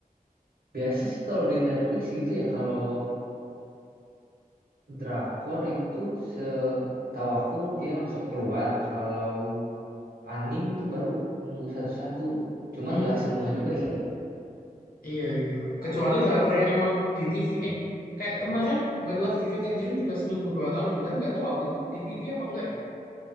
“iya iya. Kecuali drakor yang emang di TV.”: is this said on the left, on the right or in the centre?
Left